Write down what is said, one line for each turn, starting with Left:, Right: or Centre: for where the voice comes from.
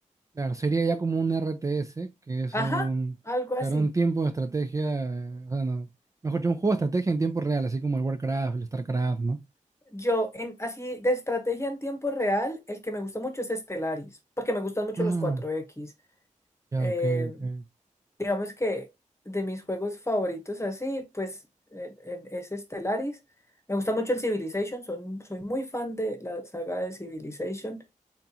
Right: Claro, sería ya como un RTS, que es
Left: ajá,
Right: un,
Left: algo
Right: claro,
Left: así.
Right: un tiempo de estrategia, eh, bueno, mejor dicho, un juego de estrategia en tiempo real, así como el Warcraft, el StarCraft, ¿no?
Left: Yo, en, así de estrategia en tiempo real, el que me gusta mucho es Stellaris, porque me gustan mucho
Right: Ah,
Left: los cuatro x
Right: Ya,
Left: eh,
Right: ok, ok.
Left: digamos que de mis juegos favoritos así, pues eh, eh, es Stellaris. Me gusta mucho el Civilization, son, soy muy fan de la saga de Civilization.